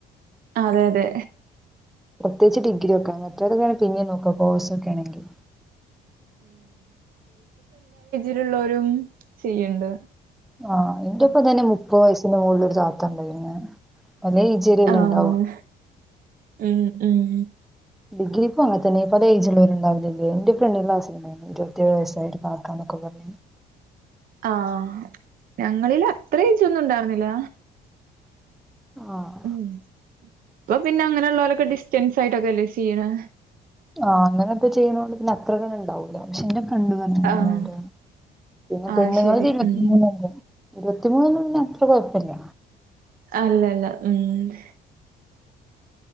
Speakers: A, on the right (about 55°); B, in the centre.
A: അതെ അതെ
B: പ്രത്യേകിച്ച് ഡിഗ്രി ഒക്കാ മറ്റേതൊക്കെയാണ് പിന്നെയെ നോക്കാം കോഴ്സ ഒക്കെ ആണെങ്കിൽ
A: വീട്ടിൽ ഉള്ളോരുംചെയ്യണ്ട്
B: ആഹ് ഇതുപ്പതന്നെ മുപ്പത് വയസിന്റെ മുകളില ഒരു താത്ത ഉണ്ട് എ അല്ല ഈചേരിയൽ
A: ആഹ്
B: ഉണ്ടാവും
A: ഉം ഉം
B: ഡിഗ്രി അങ്ങന തന്നെ പല ഏജുള്ളരു ഉണ്ടാവില്ലേ എ് ഫ്രണ്ട്ന്റെ ക്ലാസ്സിൽ ഉണ്ടായിരുന്നു ഇരുപത്തിേഴ് വയസ്സായിട്ട് കാക്ക എന്നെക്കാപറഞ് <inaudible>
A: ആഹ ഞങ്ങളില് അത്ര ഏജുഒന്നും ഉണ്ടായിരുന്നില്ല
B: ആഹ്
A: ഉം അപ്പ പിന്നെ അങ്ങനെള്ളവലൊക്കെ ഡിസ്റ്റൻസ് ആയിട്ടൊക്കെല്ലേ ചിയ്ണ്
B: ആഹ് അങ്ങനെൊക്കെ ചെയ്യതൊണ്ട് പിന്നെ അത്ര ഉണ്ടാവൂല പക്ഷെ പണ്ട പറഞ്ഞങ്ങനെ
A: ആഹ്
B: ഉണ്ട്പിന്നെ
A: അത്
B: പെണ്ണുങ്ങൾ
A: ശരി
B: ഇരുപത്തിമൂന്ന്
A: ഉം
B: എല്ലാ ഇരുപത്തിമൂന്ന് മ അത്ര കുഴപ്പില്ല
A: അല്ലല്ല ഉം